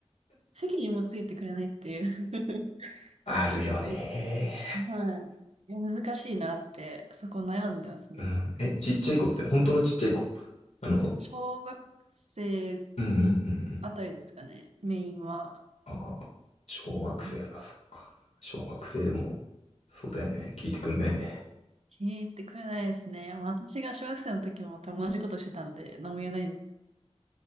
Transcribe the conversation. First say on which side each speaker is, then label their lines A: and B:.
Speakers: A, on the right (about 70°); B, on the left (about 75°).
A: 席にもついてくれないっていう <laughs>
B: あるよね
A: ちょっと <laughs> はい。いや、難しいなって、そこ悩んでますね、
B: ー。うん。
A: 今。
B: え、ちっちゃい子って、本当のちっちゃい子。あの、
A: 小学生
B: うんうんうんうん。
A: あたりですかね、メインは。
B: ああ、小学生か、
A: うん
B: そっか。小学生でも、
A: そうです。
B: そうだよね。聞いてくんないね。
A: 気に入ってくれないですね。まあ、私が小学生の時も多分同じことしてたんで、何も言えないんです。